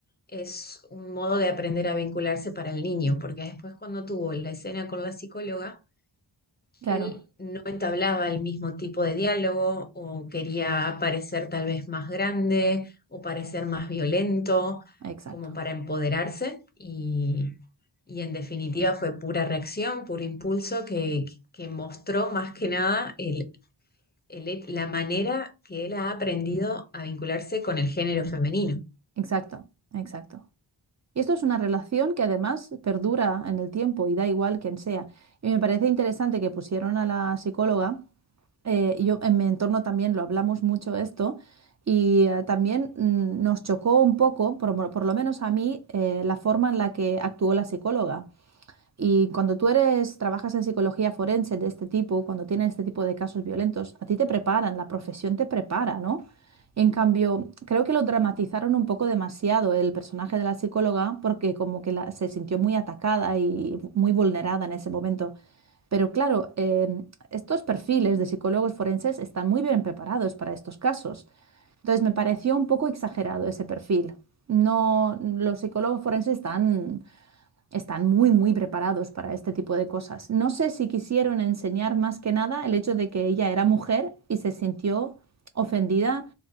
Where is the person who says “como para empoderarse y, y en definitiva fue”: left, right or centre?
Left